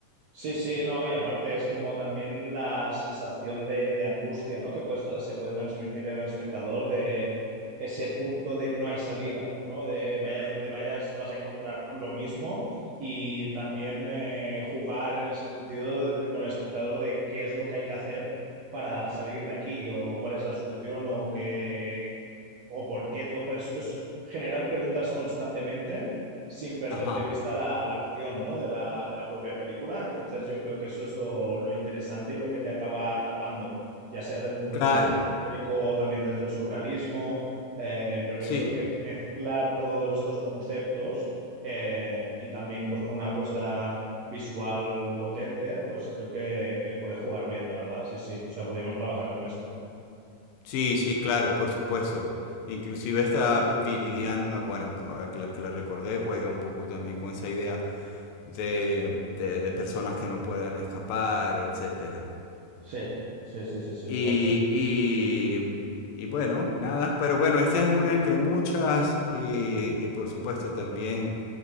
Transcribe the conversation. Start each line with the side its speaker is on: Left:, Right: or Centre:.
Right: Sí, sí, no, y aparte es como también la sensación de, de angustia, ¿no? Que puedes- se puede transmitir en el espectador de ese punto de no hay salida, ¿no? De vayas donde vayas vas a encontrar lo mismo y también eh, jugar en ese sentido de- con el espectador de qué es lo que hay que hacer para salir de aquí o cuál es la solución o qué o por qué. to- es es generar preguntas constantemente sin perder
Left: Ajá,
Right: de vista la, la acción, ¿no? de la, de la propia película. Entonces yo creo que eso es lo, lo interesante y lo que te acaba atrapando, ya sea desde un punto
Left: claro,
Right: de vista histórico, también desde el surrealismo, eh, pero
Left: sí,
Right: yo creo que mezclar todos estos conceptos eh, y también pues con una apuesta visual potente, pues creo que, que puede jugar bien, la verdad, sí, sí. O sea, podríamos trabajar con esto.
Left: sí, sí, claro, por supuesto. Inclusive esta Vi- Viridiana, bueno, ahora que la, que la recordé, juega un poco también con esa idea de, de, de personas que no pueden escapar, etcétera.
Right: Sí, sí, sí, sí, sí,
Left: Y,
Right: pues.
Left: y, y bueno, nada, pero bueno, esta es una entre muchas y, y por supuesto también,